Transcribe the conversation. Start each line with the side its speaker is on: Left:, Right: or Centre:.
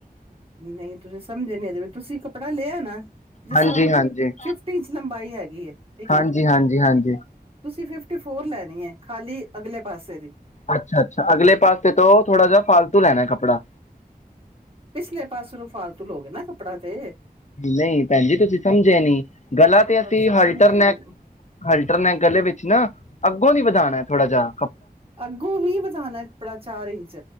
Right: ਨਹੀਂ, ਤੁਸੀਂ ਸਮਝੇ ਨੀ ਅਜੇ ਵੀ ਤੁਸੀਂ ਕੱਪੜਾ ਲਿਆ ਨਾ ਜਿਸ
Left: ਹਾਂਜੀ
Right: ਤਰ੍ਹਾਂ ਤੁਹਾਡਾ
Left: ਹਾਂਜੀ
Right: ਫਿਫਟੀ ਇੰਚ ਲੰਬਾਈ ਹੈਗੀ ਐ, ਠੀਕ
Left: ਹਾਂਜੀ
Right: ਐ
Left: ਹਾਂਜੀ ਹਾਂਜੀ
Right: ਤੁਸੀਂ ਫਿਫਟੀ ਫੋਰ ਲੈਣੀ ਐ ਖਾਲੀ ਅਗਲੇ ਪਾਸੇ ਦੀ।
Left: ਅੱਛਾ-ਅੱਛਾ ਅਗਲੇ ਪਾਸੇ ਤੋਂ ਥੋੜਾ ਜਿਹਾ ਫਾਲਤੂ ਲੈਣਾ ਕੱਪੜਾ।
Right: ਪਿਛਲੇ ਪਾਸੇ ਨੂੰ ਫਾਲਤੂ ਲੋ ਗੇ ਨਾ ਕੱਪੜਾ ਤੇ।
Left: ਨਹੀਂ ਭੈਣ ਜੀ ਤੁਸੀਂ ਸਮਝੇ ਨੀ, ਗਲਾ ਤੇ
Right: ਤੁਹਾਨੂੰ
Left: ਅਸੀਂ
Right: ਸਮਝ
Left: ਹਲਟਰਨੈਕ
Right: ਨੀ ਆਈ ਮੇਰੀ
Left: ਹਲਟਰਨੈਕ, ਗਲੇ ਵਿੱਚ ਨਾ ਅੱਗੋਂ ਦੀ ਵਧਾਣਾ ਐ ਥੋੜ੍ਹਾ ਜਾ।
Right: ਅੱਗੋਂ ਹੀ ਵਧਾਣਾ ਐ ਆਪੜਾ ਚਾਰ ਇੰਚ।